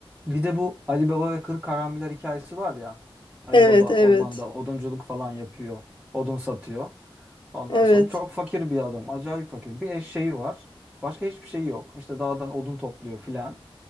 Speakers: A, in the centre; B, on the left.
A: Bir de bu Ali Baba ve Kırk Karamiler hikayesi var ya. Ali
B: Evet,
A: Baba
B: evet.
A: ormanda odunculuk falan yapıyor. Odun satıyor. Ondan
B: Evet.
A: sonra çok fakir bir adam. Acayip fakir. Bir eşeği var. Başka hiçbir şey yok. İşte dağdan odun topluyor filan.